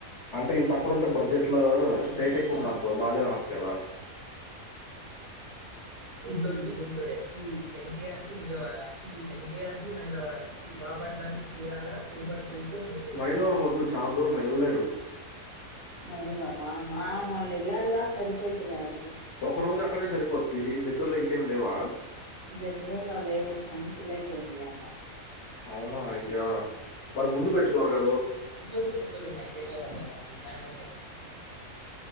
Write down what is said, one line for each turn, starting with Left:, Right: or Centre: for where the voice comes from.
Left: అంటే వీని పక్కన
Right: ఏమో.
Left: ఉంటే బడ్జెట్ లో
Right: గుంటూరుసి
Left: రేట్ ఎక్కువ ఉంది అనుకో బాగాలేదు అనొచ్చు కదా
Right: గుంటూరు సి గుంటూర ఎన్టీఆర్సి విజయవాడ ఎన్టీఆర్సి మైలవరం బపట్లా చీరాల తిరుపతి టు గుంటూరు
Left: మైలవరం
Right: ఉమ్.
Left: వద్దు చాల దూరం ఎళ్ళలేరు
Right: మైలవరమా ఆ మొన్నెల్లాడుగా సరిపోయిద్ధిలే అది
Left: ఒక రోజు అక్కడే సరిపోద్ది దగ్గర్లో ఇంకేం లేవా
Right: జరిగల్లో లేవు అన్ని ఫుల్ అయిపోయినాయంట
Left: అవునా అయ్యా మరి ముందు పెట్టుకోవాలి కద
Right: అ కంద నా పడత జ్ఞ హు